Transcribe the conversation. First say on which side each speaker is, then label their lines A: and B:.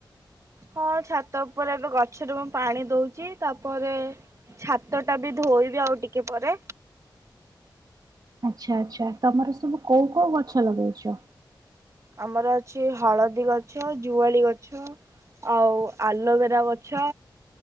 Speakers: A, on the right; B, on the right.
A: ହଁ ଛାତ ଉପରେ ଏବେ ଗଛରେ ମୁଁ ପାଣି ଦଉଛି ତାପରେ ଛାତ ଟା ବି ଧୋଇବି ଆଉ ଟିକେ ପରେ।
B: ଆଚ୍ଛା ଆଚ୍ଛା ତୋମର ସବୁ କୋଉ କୋଉ ଗଛ ଲଗେଇଚ?
A: ଆମର ଅଛି ହଳଦୀ ଗଛ, ଜୁଆଳି ଗଛ ଆଉ ଆଲୋବେରା ଗଛ